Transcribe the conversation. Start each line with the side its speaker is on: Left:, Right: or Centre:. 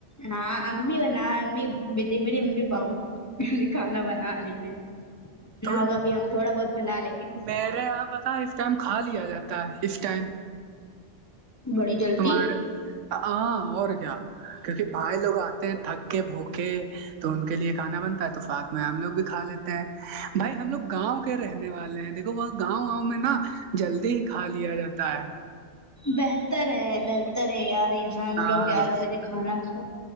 Left: ہاں امی ہونا امی میری امی بہت <inaudible> نہیں کھانا بنا لی میں نہ
Right: تو
Left: ہوگا ابھی ہم تھوڑا بہت بنا لیں گے
Right: میرے یہاں پتا اس ٹائم کھا لیا جاتا ہے اس ٹائم
Left: بڑی جلدی
Right: تمار ہاں اور کیا کیونکہ بھائی لوگ آتے ہیں تھک کے بھوکے تو ان کے لیے کھانا بنتا ہے تو ساتھ میں ہم لوگ بھی کھا لیتے ہیں بھائی ہم لوگ گاؤں کے رہنے والے ہیں دیکھو وہاں گاؤں واؤں میں نا جلدی ہی کھا لیا جاتا ہے
Left: بہتر ہے بہتر ہے یار یہاں ہم
Right: ہاں
Left: لوگ گیارہ بجے کھانا کھاؤ